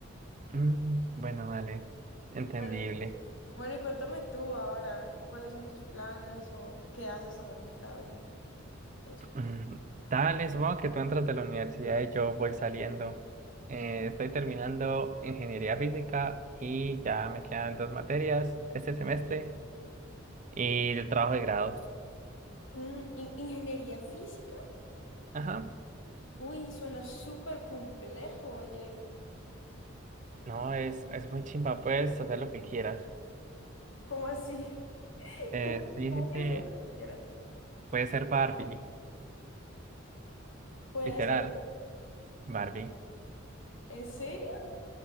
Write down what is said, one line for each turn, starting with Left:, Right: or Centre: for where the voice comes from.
Right: Mm, bueno, dale, entendible.
Left: Bueno, bueno, y cuéntame tú ahora, ¿cuáles son tus planes o qué haces ahorita y eso?
Right: Mm, dale, supongo que tú entras de la universidad y yo voy saliendo. Eh, estoy terminando ingeniería física y ya me quedan dos materias este semestre y el trabajo de grado.
Left: Mm, ¿in- ¿ingeniería física?
Right: Ajá.
Left: Uy, suena súper complejo, oye.
Right: No, es, es muy chimba, puedes hacer lo que quieras.
Left: ¿Cómo así? <laughs>
Right: Eh,
Left: ¿Cómo,
Right: sí,
Left: cómo
Right: sí,
Left: que
Right: sí.
Left: hacer lo que quiera?
Right: Puede ser Barbie,
Left: ¿Puede
Right: literal.
Left: hacer?
Right: Barbie,
Left: ¿En serio?